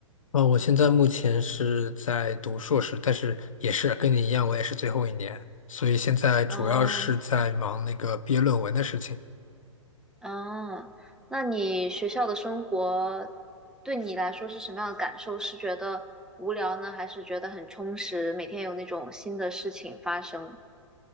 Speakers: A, on the left (about 80°); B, in the centre.
A: 哦，我现在目前是在读硕士，但是也是跟你一样，我也是最后一年，所以现在主要是在忙那个毕业论文的事情。
B: 嗯，啊，那你学校的生活对你来说是什么样的感受？是觉得无聊呢，还是觉得很充实？每天有那种新的事情发生？